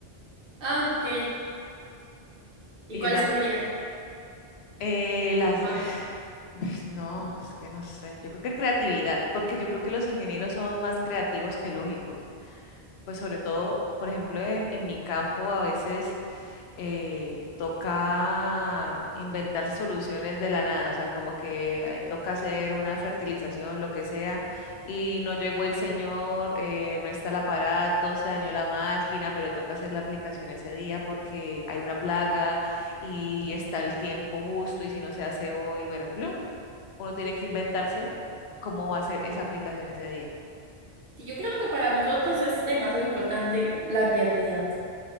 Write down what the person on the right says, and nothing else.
Ah, ok. ¿Y
cuál
escogerías?
Lógica.
Sí, yo creo que para nosotros es demasiado importante la creatividad,